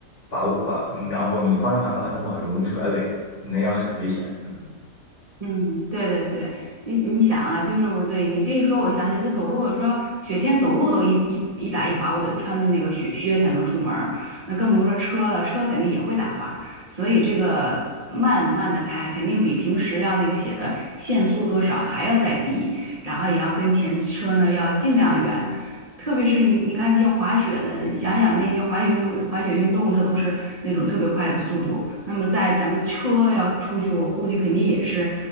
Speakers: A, on the left; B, on the right.
A: 把握把，嗯然后你方向盘把控不好就容易甩尾，那样很危险。嗯
B: 嗯，对对对，你你想啊，就是我对你这一说，我想起这走路，我说雪天走路都一一一打一滑，我得穿的那个雪靴才能出门儿，那更不用说车了，车肯定也会打滑，所以这个慢慢的开，肯定比平时要那个写的限速多少还要再低，然后也要跟前车呢要尽量远，特别是你你看那些滑雪的，你想想那些滑雪运动滑雪运动，它都是那种特别快的速度，那么在咱们车要出去，我估计肯定也是。